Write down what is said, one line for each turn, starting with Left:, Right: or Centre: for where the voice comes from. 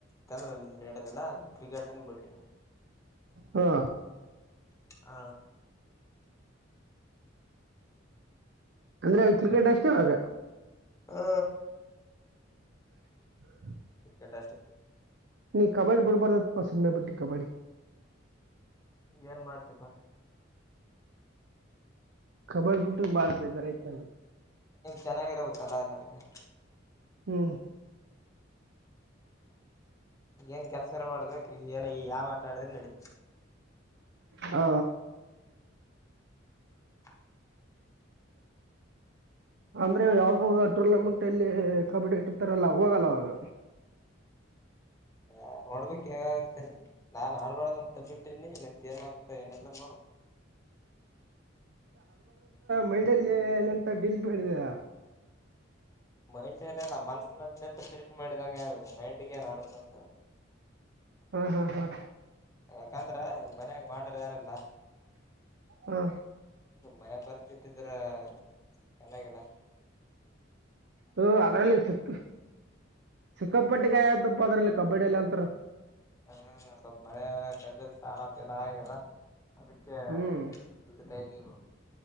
Left: ತಂದ್ರ ನ ಲ್ಲ ಕ್ರಿಕೆಟ್ ಅನ್ ಬಟ್ಟಿಂಗ
Right: ಹಾ
Left: ಹ
Right: ಅಂದ್ರೆ ಕ್ರಿಕೆಟ್ ಅಷ್ಟೆವಾಗ
Left: ಹಾ
Right: ಹ
Left: ಕ್ರಿಕೆಟ್ ಅಷ್ಟೇ
Right: ನೀ ಕಬಡ್ಡಿ ಬಿಡಬಾರ್ದ ಪಸಮನ್ನ ಬಿಟ್ಟಿ ಕಬಾಡ್ಡಿ
Left: ಏನ್ ಮಾಡ್ತಪ್ಪಾ
Right: ಬರ ಪುಟ್ಟು ಬಳ ಬೇದಾರ ಇತ
Left: ಚೆನ್ನಾಗಿರ್ಬೇಕಲ್ಲ ಎಲ್ಲದಕ್ಕ.
Right: ಹ್ಮ್
Left: ಏನ್ ಕೆಲ್ಸ ಇರ ಮಾಡದ ಏನ ಯಾವ ಮಾತಾಡಿದ್ರೆ ನಡೀತ
Right: ಹ
Left: ಹ ಹ್ಮ್ಮ್.
Right: ಅಂದ್ರೆ ಯಾವ್ದಾಗ ಟೂರ್ನಮೆಂಟ್ ಅಲ್ಲಿ ಕಬಡ್ಡಿ ಇಟ್ಟಿರ್ತಾರಲ್ಲ ಹೋಗಲ್ಲವಾಗ
Left: ಹಾ ನೋಡ್ಬೇಕಕ್ ಹೇಗಾಗುತ್ತೆ ನಾನ್ ಆಡ್ಬಾರ್ದ ಅಂತ ಬಿಟ್ಟೀನಿ ಮತ್ತೆ ಏನಾಗಗ್ತಾ ಏನೆಲ್ಲ ನೋಡ
Right: ಮೈಂಡಲ್ಲಿ ಎಲ್ಲ ಎಂತ ಡಿಲ್ ಮಾಡಿದಿದೆ
Left: ಮೈಂಡ್ ಎಲ್ಲ ನಮ್ಮ್ ಮನ್ಸನಲ್ಲಿ ಎಂತ ಟ್ರೀಟ್ ಮಾಡಿದಂಗ ಮೈಂಡಗೆ ಏನ್ ಆಡ್ತಂತ
Right: ಹ್ಮ್ ಹ್ಮ್ ಹ್ಮ್
Left: ಯಾಕಂದ್ರ ಮನ್ಯಾಗ ಮಾಡ್ರ ಯಾರೆಲ್ಲ
Right: ಹಾ
Left: ಮನೆ ಪರಿಸ್ಥಿತಿ ಇದ್ರ ಚೆನ್ನಾಗಲ್ಲ
Right: ಹ ಅದ್ರಲ್ಲಿ ಸುಕ್ಕ ಸುಕ್ಕಪಟ್ಟಿ ಗಾಯ ತಪ್ಪ ಅದ್ರಲ್ಲಿ ಕಬಡ್ಡಿಿಯ ಎಲ್ಲ ಅಂತ
Left: ಹ್ಮ ಸ್ವಲ್ಪ ಮಳೆ ಕಡ್ಡ ಸಾಲತರ ಆಗದ ಅದಕ್ಕೆ
Right: ಹ್ಮ್
Left: ದುಡ್ಡು ದುಡಿತಾ ಇದ್ದೀವ ನೋ